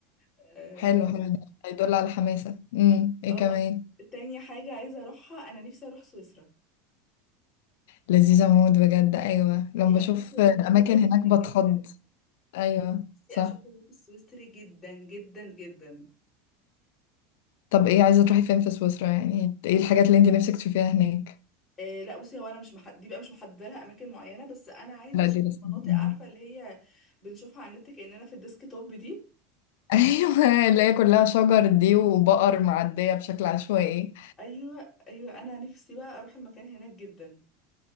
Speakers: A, on the left; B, on the left.
A: اه
B: حلو حلو ده هيدل على حماسه امم ايه
A: آه.
B: كمان
A: تاني حاجه عايزه اروحها انا نفسي اروح سويسرا
B: لذيذه موت بجد ايوه
A: نفسي
B: لما
A: اشوف
B: بشوف
A: الريف
B: الاماكن
A: السويسري
B: هناك بتخض
A: جدا
B: ايوه
A: نفسي
B: صح
A: اشوف الريف السويسري جدا جدا جدا
B: طب ايه عايزه تروحي فين في سويسرا يعني ايه الحاجات اللي انت نفسك تشوفيها هناك
A: إيه لا بصي هو انا مش محد... دي بقى مش محدده لها اماكن معينه بس انا عايزه
B: لا
A: اشوف
B: دي لسه
A: المناطق
B: مم.
A: عارفه اللي هي بنشوفها على النت كاننا في الديسك توب دي
B: <laughs> ايوه اللي هي كلها شجر دي وبقر معديه بشكل عشوائي
A: ايوه ايوه انا نفسي بقى اروح المكان هناك جدا